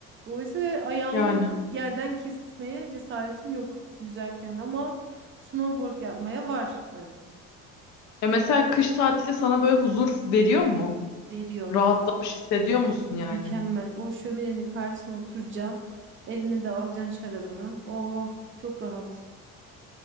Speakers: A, on the right; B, on the left.
A: Dolayısıyla ayağımın
B: yani.
A: yerden kesmeye cesaretim yok yüzerken ama snowboard yapmaya var hani.
B: Ya mesela kış tatili sana böyle huzur veriyor mu?
A: Veriyor.
B: Rahatlamış hissediyor musun yani?
A: Mükemmel. O şöminenin karşısına oturacaksın. Eline de alacaksın şarabını. Oo, çok rahat.